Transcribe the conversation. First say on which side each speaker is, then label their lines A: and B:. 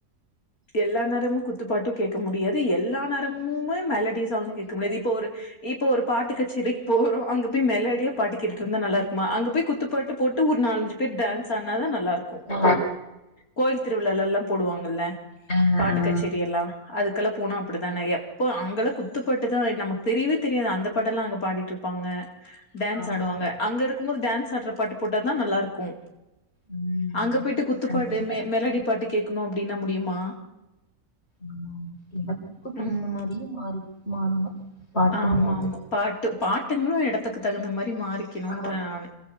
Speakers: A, on the left; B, on the left.
A: எல்லா நேரமு குத்துப்பாட்டு கேக்க முடியாது எல்லா நேரமுமே மெலடி சாங் கேக்க முடியாது இப்ப ஒரு இப்ப ஒரு பாட்டு கச்சேரிக்கு போறோ அங்க போய் மெலோடியா பாட்டுக்கேட்டுட்ருந்தா நல்லாருக்குமா அங்க போய் குத்துப்பாட்டு போட்டு ஒரு நாலஞ்சி குத்து டான்ஸ் ஆடுனாதா நல்லா இருக்கு
B: ஆ
A: கோயில் திருவிழால்ல போடுவாங்கல்ல
B: அ,
A: பாட்டு
B: அ.
A: கச்சேரி எல்லா அதுக் கலா போன அப்டித்தான எப்போ அங்க குத்துப்பாட்டுதா நமக்கு தெரியவே தெரியாது அந்த பாட்டல்லா அங்க பாடிட்ருப் ப்பாங்க டான்ஸ்
B: ஆமா,
A: ஆடுவாங்க
B: ஆமா.
A: அங்க இருக்கும் போது டான்ஸ் ஆடுற பாட்டு போட்ட தா நல்லா இருக்கு
B: ம்.
A: அங்க போயிட்டு குத்துப்பாட்டு
B: அதனால
A: மெலெடி பாட்டு கேக்கணு அப்டின்னா முடியுமா
B: ஆமா ஆமா எடத்துக்கு தகுந்த
A: ம்
B: மாரியே மாறி மாறணு பாட்டுங்கறது
A: ஆமா ஆமா பாட்டு பாட்டுங்களு எடத்துக்கு தகுந்த மாரி மாறிக்கணுன்ற
B: மாறணும்.
A: நானு